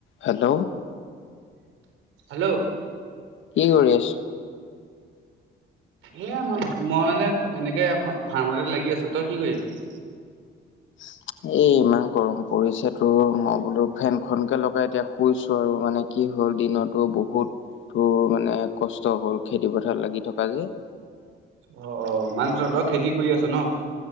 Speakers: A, on the left; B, on the right.
A: Hello.
B: Hello.
A: কি কৰি আছ?
B: এয়া মই, মই মানে এনেকে ফাৰ্মত লাগি আছোঁ। তই কি কৰি আছ?
A: এ, ইমান গৰম পৰিছে, তোৰ মই বোলো ফেনখনকে লগাই এতিয়া শুইছোঁ আৰু মানে। কি হ'ল দিনতো বহুত তোৰ মানে কষ্ট হ'ল খেতি পথাৰত লাগি থকা যে।
B: অ', অ' মানে তহঁতৰ খেতি কৰি আছ ন'?